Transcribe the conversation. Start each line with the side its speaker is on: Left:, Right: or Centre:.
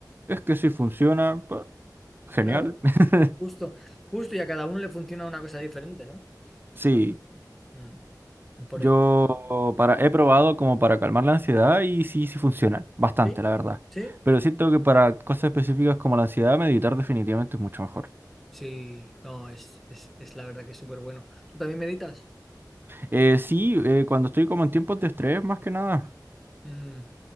Right: Es que si funciona, pa- genial.
Centre: Claro.
Right: <laughs>
Centre: Justo, justo, y a cada uno le funciona una cosa diferente, ¿no?
Right: Sí,
Centre: Ah, mm, por-
Right: yo
Centre: mm.
Right: para, he probado como para calmar la ansiedad y sí, sí funciona, bastante,
Centre: ¿Sí?
Right: la verdad.
Centre: ¿Sí?
Right: Pero siento que para cosas específicas como la ansiedad, meditar definitivamente es mucho mejor.
Centre: Sí, no, es, es, es la verdad que es súper bueno. ¿Tú también meditas?
Right: Eh, sí, eh, cuando estoy como en tiempos de estrés, más que nada.
Centre: Mm,